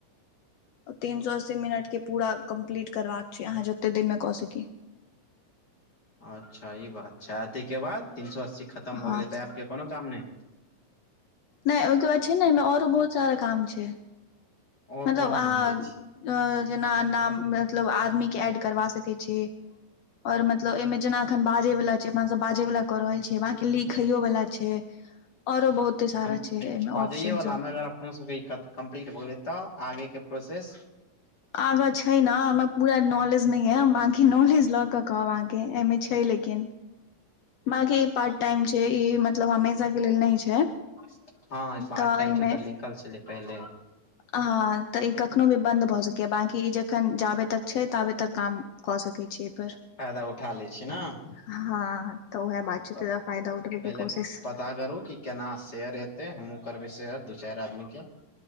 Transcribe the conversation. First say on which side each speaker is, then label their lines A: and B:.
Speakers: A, on the left (about 80°); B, on the left (about 35°).
A: तीन सौ अस्सी मिनट के पूरा कम्प्लीट करबाक छै अहाँ जते दिन मे कऽ सकी
B: अच्छा इ बात छै तैके बाद तीन सौ अस्सी खतम
A: हँ
B: भऽ गेलै तऽ ऐप केँ कोनो काम नै
A: नै ओइकेँ बाद छै न एहिमे औरो बहुत सारा काम छै
B: और
A: मतलब
B: कोन
A: अहाँ
B: काम दै छी
A: जेना नाम मतलब आदमी केँ ऐड करबा सकैत छी और मतलब ए मे जेना एखन बाजे वाला छै अपना सब बाजै वाला क रहल छियै बाकी लिखैयो वला छै
B: <inaudible>
A: औरो बहुते सारा
B: हम
A: छै एहिमे
B: बाजइए
A: ऑप्शन
B: म
A: सब
B: अगर अपनो सबके इ काज कम्प्लीट भ गेलै तऽ आगे केँ प्रोसेस
A: आगा छै नऽ हमरा पूरा नॉलेज नहि यऽबाकी नॉलेज ल कऽ कहब अहाँ केँ एमे छै लेकिन बकी ई पार्ट टाइम छै ई मतलब हमेशा के लेल नहि छै
B: <unintelligible> हँ ई पार्ट
A: तऽ
B: टाइम
A: एहिमे
B: छै ओत लिखल छलै पहिले
A: हँ तऽ ई कखनो भी बन्द भऽ सकैये बाकि ई जखन जाबे तक छै ताबे तक काम कऽ सकै छी ए पर
B: फायदा उठा लै
A: <inaudible>
B: छी ने
A: हँ तऽ ओहे
B: हँ
A: बात छै
B: तब
A: तै दुआ फायदा उठबै
B: पहिले
A: केँ कोशिश
B: पता करू कि केना शेयर हे तै हमहुँ करबै शेयर दू चार आदमी केँ